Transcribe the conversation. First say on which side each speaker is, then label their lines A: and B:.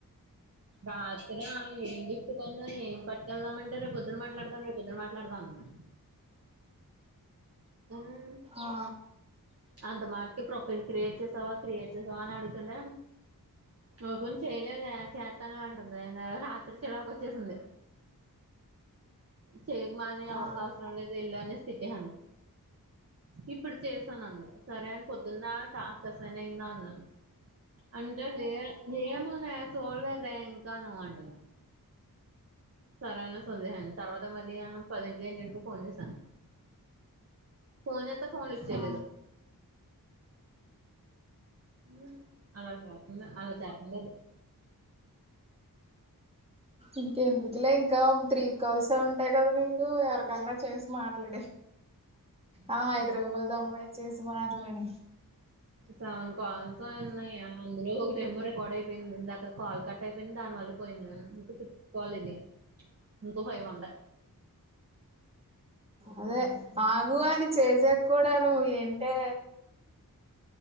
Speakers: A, on the right (about 45°); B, on the right (about 15°).
A: రాత్రి ఆ ఏం గిఫ్ట్ కొందాం ఏం పట్టుకెళ్దాంమంటే రేపోద్దున మాట్లాడదాం రేపొద్దున మాట్లాడదాం అంది గం
B: ఆ
A: అంత మాటకి ప్రొఫైల్ క్రియేట్ చేసావా క్రియేట్ చేసావా అని అడుగుతుంటే ఒపెన్ చేయలేద చేతానా అంటుందింకా రాత్రి చిరాకు వచ్చేసింది చేకుమాని
B: ఆ
A: ఎవర్కవసరం లేదు ఎళనేసీ తిట్టేసాను ఇప్పుడు చేసాను అంద సరే అని పొద్దున్న టాస్క్ అసైన్ అయిందా అన్నాను అంటే లే నఏమోనే చోలేదే ఇంకాను అంటున్ది సరే అన్న సోలేహాని తర్వాత మళ్ళీ ఇగ పదిటికో ఏన్నింటికో ఫోన్ చేశాను ఫోన్ జెతే ఫోన్ లిఫ్ట్ చేలేదు
B: ఆ
A: ఊ అలా చేతుందా అలా చేపుండదు
B: ఇంకెందుకులే ఇంకా త్రీ కాల్సే ఉంటాయి కదా నీకు ఎవరికన్నా చేసి మాట్లాడే ఆ హైదరాబాద్ అమ్మాయికి చేసి మాట్లాడు
A: సవన్ కాల్ సో అన్నాయా అందులో ఒక టైమ రికార్డ్ అయిపోయింది ఇందాకా కాల్ కట్ అయిపోయింది దా మళ్ళీ పోయింది సిక్స్ కాల్ ఇది ఇంకా ఫైవ్ ఉండే
B: అదే ఆగు అని చేసా కూడాలు ఏంటే